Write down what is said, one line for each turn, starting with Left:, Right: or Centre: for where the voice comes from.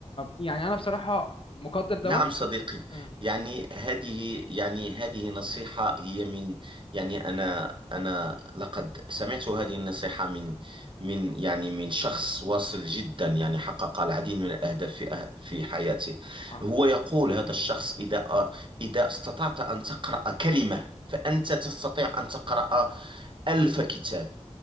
Left: يعني انا بصراحه مقدر دوت
Right: نعم صديقي
Left: مم،
Right: يعني هذه يعني هذه نصيحة هي من يعني أنا أنا لقد
Left: مم،
Right: سمعت هذه النصيحة من من يعني من شخص واصل جدا يعني حقق العديد من الأهداف في أه- في حياته
Left: اه
Right: هو يقول هذا الشخص إذا إذا استطعت أن تقرأ كلمة فأنت تستطيع أن تقرأ ألف كتاب